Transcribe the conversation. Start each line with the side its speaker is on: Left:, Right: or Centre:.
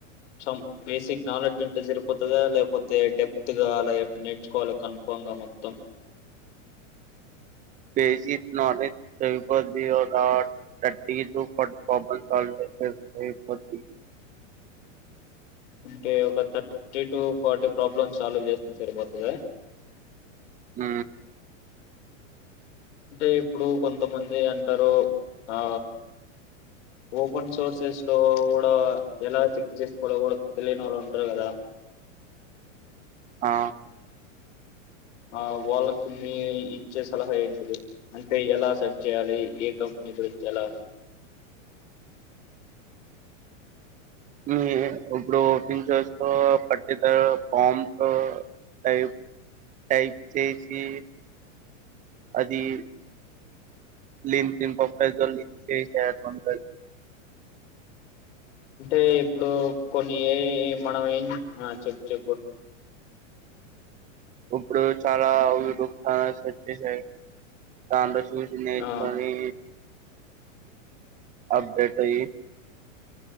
Left: సం బేసిక్ నాలెడ్జ్ ఉంటే సరిపోతదా లేకపోతే డెప్త్ గా అలా నేర్చుకోవాలి కన్ఫామ్ ఇంగ మొత్తం
Right: బేసిక్ నాలేజ్ సరిపోది థర్టీ టు ఫార్టీ ప్రోబ్లం సాల్వి థర్టీ ఫార్టీ
Left: అంటే ఒక thirty to forty problem solve చేస్తే సరిపోతదా
Right: ఉ
Left: అంటే ఇప్పుడు కొంతమంది అంటారు ఆ ఓపెన్ సోర్సెస్ లో కూడా ఎలా చెక్ చేసుకోలో కూడా తెలియని వాళ్ళు ఉంటారు కదా
Right: ఆ
Left: ఆ వాళ్ళకి మీ ఇచ్చే సలహా ఏంటిది అంటే ఎలా సర్ట్ చేయాలి ఏ కంపె మీ గురించి ఎలాను
Right: మీ ఇప్పుడు ఓపెన్ చేస్తూ పటికులరు ఫార్మ్స్ టైప్ టైప్ చేసి అది లింక్డిన్ ప్రొఫైల్తో లింక్ చేస్తే అయిపోతది
Left: అంటే ఇప్పుడు కొన్ని ఎ మనం చెప్పు చెప్పు
Right: ఇప్పుడు చాలా యూట్యూబ్ ఛానల్స్ వచ్చేసాయి దానిలో గుడ్ నైట్స్
Left: ఆ
Right: అని అప్డేటయి